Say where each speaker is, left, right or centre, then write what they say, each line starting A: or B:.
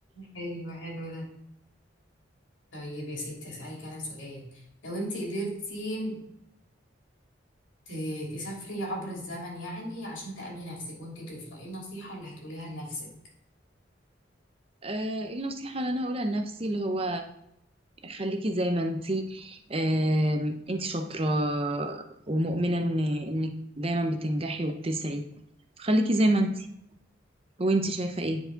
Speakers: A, on the left (about 85°); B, on the right (about 30°).
A: حلو حلو ده طيب يا ستي اسالك انا سؤال لو انت قدرتي ت- تسافري عبر الزمن يعني عشان تقابلي نفسك وانت طفله ايه النصيحه اللي هتقوليها لنفسك
B: آه، إيه النصيحة اللي أنا هقولها لنفسي اللي هو خليكي زي ما انتي آم، انتي شاطرة ومؤمنة ان انك دايما بتنجحي وبتسعي خليكي زي ما انتي وانتي شايفة ايه